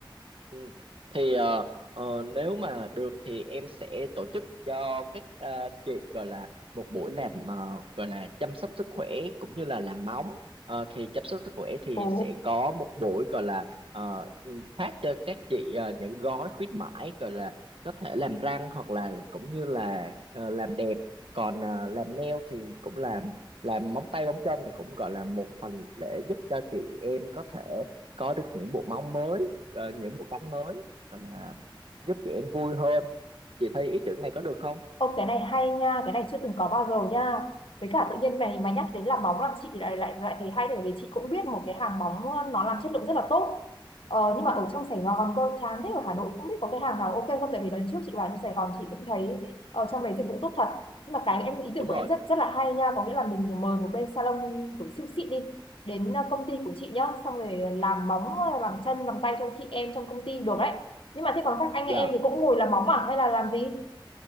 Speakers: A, on the right; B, on the left.
A: Ừ. Thì ờ, ờ, nếu mà được thì em sẽ tổ chức cho các ờ, chị gọi là một buổi làm ờ, gọi là chăm sóc sức khỏe cũng như là làm móng. Ờ, thì chăm sóc sức khỏe thì
B: Ồ.
A: sẽ có một buổi gọi là ờ, ừ, phát cho các chị ờ, những gói khuyến mãi gọi là có thể làm răng hoặc là cũng như là ờ, làm đẹp. Còn ờ, làm nail thì cũng làm làm móng tay móng chân thì cũng gọi là một phần để giúp cho chị em có thể có được những bộ móng mới ờ, những bộ cánh mới hoặc là giúp chị em vui hơn chị thấy ý tưởng này có được không
B: Ô cái này hay nha, cái này chưa từng có bao giờ nha. Với cả tự nhiên mày mày nhắc đến làm móng làm chị lại lại lại thấy hay tại vì chị cũng biết một cái hàng móng nó làm chất lượng rất là tốt. Ờ, nhưng mà ở trong Sài Gòn cơ chán thế ở Hà Nội cũng biết có cái hàng nào ok không tại vì lần trước chị vào trong Sài Gòn chị cũng thấy ở trong đấy dịch vụ tốt thật. Nhưng mà cái em ý tưởng
A: đúng
B: của
A: rồi
B: em rất rất là hay nha, có nghĩa là mình mời một bên salon của siêu xịn đi đến ờ, công ty của chị nhá, xong rồi làm móng, ờ, làm chân, làm tay cho chị em trong công ty được đấy. Nhưng mà thế còn các anh
A: dạ
B: em thì cũng ngồi làm móng à hay là làm gì?